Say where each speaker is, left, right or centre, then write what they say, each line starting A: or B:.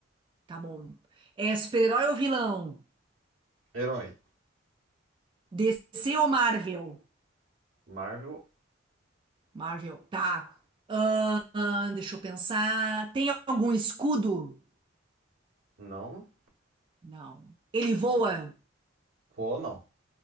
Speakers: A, on the right; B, on the right.
A: Tá bom. É super-herói ou vilão?
B: herói,
A: DC ou Marvel?
B: Marvel,
A: Marvel, tá. Ahn, ahn, deixa eu pensar. Tem algum escudo?
B: não.
A: Não. Ele voa?
B: Vou não.